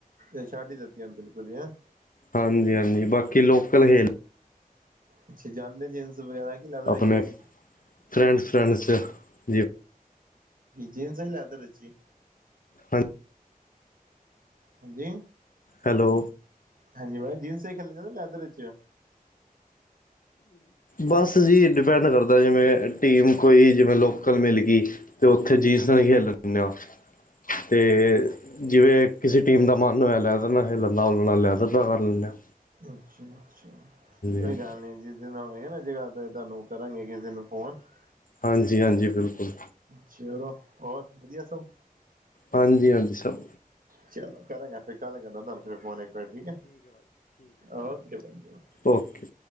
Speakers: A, on the right; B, on the left.
A: ਇਹ ਛਾਡੀ ਦਿੱਤੀਆਂ ਬਿਲਕੁਲ ਹੀ ਹੈ।
B: ਹਾਂਜੀ, ਹਾਂਜੀ ਬਾਕੀ ਲੋਕਲ ਖੇਲ
A: ਅੱਛਾ ਜਾਂਦੇ ਜੀਮਸ ਵਗੈਰਾ ਕਿ ਲੈਦਰ
B: ਆਪਣੇ
A: ਹੀ ਖੇਡਣ
B: ਫਰੈਂਡਸ, ਫਰੈਂਡਸ ਚ ਜੀ
A: ਜੀਨਸ ਹੀ ਲਿਆਦਰੀ ਇਚ ਹੀ
B: ਹਾਂਜੀ।
A: ਹਾਂਜੀ
B: ਹੈਲੋ
A: ਹਾਂਜੀ ਬ ਜੀਨਸ ਹੀ ਖੇਲਣ ਜਾਂਦਾ ਲੈਦਰ ਚ
B: ਬਸ ਜੀ ਡਿਪੈਂਡ ਕਰਦਾ, ਜਿਵੇਂ ਟੀਮ ਕੋਈ ਜਿਵੇਂ ਲੋਕ ਕਲ ਮਿਲ ਗਈ ਤੇ ਉੱਥੇ ਜਿਸ ਦਿਨ ਖੇਲ ਲੈਂ ਆ ਤੇ ਜਿਵੇਂ ਕਿਸੇ ਟੀਮ ਦਾ ਮਨ ਹੋਇਆ, ਲੈਦਰ ਨਾਲ ਖੇਲਣ ਦਾ ਉਲਣਾ ਲੈਦਰ ਨਾਲ ਕਰ ਲੈਂਦੇ ਹਾ
A: ਅੱਛਾ, ਅੱਛਾ ਕੋਈ
B: ਹਾਂਜੀ
A: ਗੱਲ ਨੀ ਜੀ। ਕਿਸ ਦਿ ਨਾ ਜਿੜਾ ਤੁਹਾਨੂੰ ਕਰਾਂਗੇ ਕਿਸੇ ਦਿਨ ਫੋਨ <unintelligible>
B: ਹਾਂਜੀ, ਹਾਂਜੀ ਬਿਲਕੁਲ।
A: ਚਲੋ, ਹੋਰ ਵਧੀਆ ਸਭ
B: ਹਾਂਜੀ ਹਾਂਜੀ ਸਭ
A: ਚਲੋ, ਕਰਾਂਗਾ ਫਿਰ ਕੱਲ ਕਰਨਾ ਤੁਹਾਨੂੰ ਫਿਰ ਫੋਨ ਇੱਕ ਵਾਰੀ ਠੀਕ ਹੈ, ਓਕੇ ਭਾਜੀ ਜੀ ਓਕੇ।
B: ਓਕੇ।